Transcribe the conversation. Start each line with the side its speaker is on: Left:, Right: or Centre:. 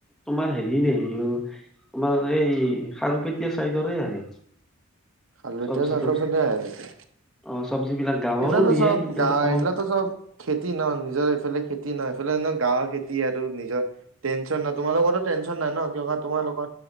Centre: তোমাৰ হেৰি ন তোমাৰ এই খাৰপেটীয়া চাইডৰে আহে।
Right: খালতীয়া
Centre: চব্জি
Right: চাদৰ
Centre: তবজি
Right: ফালে আহে নেকি
Centre: অ চব্জি বিলাক গাঁৱৰো
Right: এইগিলো
Centre: নিয়ে
Right: চব
Centre: কিন্তু
Right: গা
Centre: কম
Right: এইগিলা চব খেতি ন নিজৰ এইফালে খেতি <unintelligible> খে নহয় এইফালে গাঁৱৰ খেতি আৰু নিজৰ টেনচন নাই তোমালোকৰো টেনচন নাই ন কিয় তোমালোকৰ